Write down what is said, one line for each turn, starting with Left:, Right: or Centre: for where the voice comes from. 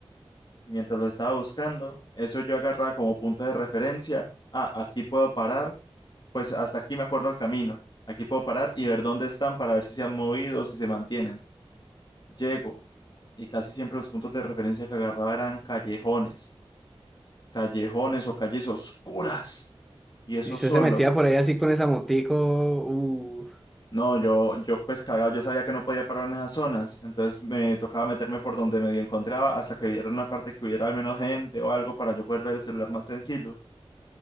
Left: Y mientras lo estaba buscando, eso yo agarraba como punto de referencia. Ah, aquí puedo parar. Pues hasta aquí me acuerdo el camino. Aquí puedo parar y ver dónde están para ver si se han movido o si se mantienen. Llego y casi siempre los puntos de referencia que agarraba eran callejones, callejones o calles oscuras. Y eso
Centre: Y usted
Left: solo.
Centre: se metía por ahí así con esa motico. Uh,
Left: No, yo, yo pues cagado, yo sabía que no podía parar en esas zonas, entonces me tocaba meterme por donde medio encontraba hasta que hubiera una parte que hubiera al menos gente o algo para yo poder ver el celular más tranquilo.